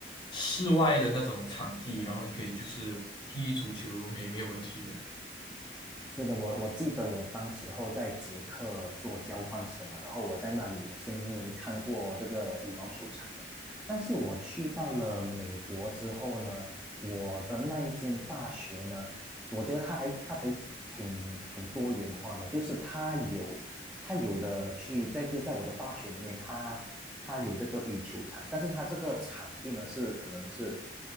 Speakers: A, on the left; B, in the centre.
A: 室外的那种场地，然后你可以就是踢足球，没没有问题的
B: 是的，我我记得我当时候在捷克做交换生嘛，然后我在那里我是没看过这个羽毛球场的，但是我去到了美国之后呢，我的那一间大学呢，我觉得它还它还挺挺多元化的，就是它有它有的去在就在我的大学里面，它它有这个羽球场，但是它这个场地呢是可能是